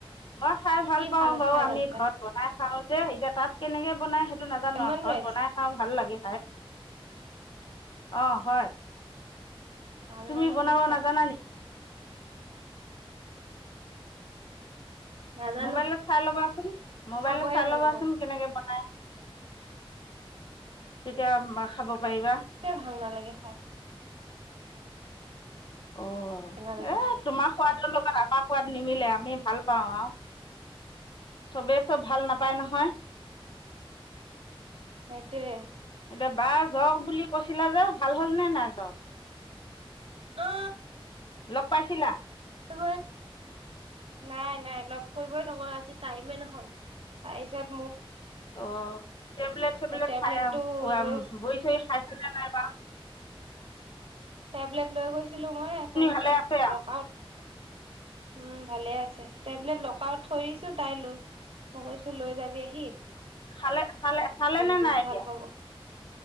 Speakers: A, on the left; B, on the right.
A: মই খাই ভাল
B: কি
A: পাওঁ বাৰু
B: খাই
A: আমি
B: ভাল পায়
A: ঘৰত বনাই খাওঁ যে এতিয়া তাত কেনেকে বনাই টো নাজানো
B: লেমন
A: ঘৰত
B: ৰাইচ
A: বনাই খাওঁ ভাল লাগে অ হয়
B: ভাল
A: তুমি
B: নালাগে
A: বনাব
B: খাই
A: নাজানা নেকি
B: নাজানো
A: মোবাইলত চাই ল'বাচোন মোবাইলত
B: খাবহে
A: চাই
B: জানো
A: ল'বাচোন
B: মই
A: কেনেকে বনাই তেতিয়া খাব পাৰিবা
B: তে ভাল নালাগে খাই
A: অ এ
B: ভাল নালাগে খাই
A: তোমাৰ খোৱা লগত আমাক সোৱাদ নিমিলে আমি ভাল পাওঁ আৰু চবে চব ভাল নাপায় নহয়
B: সেইটোৱে
A: এতিয়া বা যো বুলি কৈছিলা যে ভাল হল নে নাই ত
B: অ
A: লগ পাইছিলা
B: ই নাই নাই লগ কৰিবই নকৰো আজি টাইমে নহল তাৰ পিছত
A: ত টেবলেট চেবলেট
B: সেই টেবলেটটো
A: খাই
B: লৈ
A: বহ চহ খাই নাই বা
B: টেবলেট লৈ গৈছিলো মই তাৰপিছত
A: ভালে আছে
B: লগত উম ভালে আছে টেবলেট লকাৰত থৈ দিছো তাই লৈ মই কৈছো লৈ যাবি আহি
A: খালে খালে খালে
B: গলকৈ
A: নে নাই
B: ভাল
A: এতিয়া
B: পাব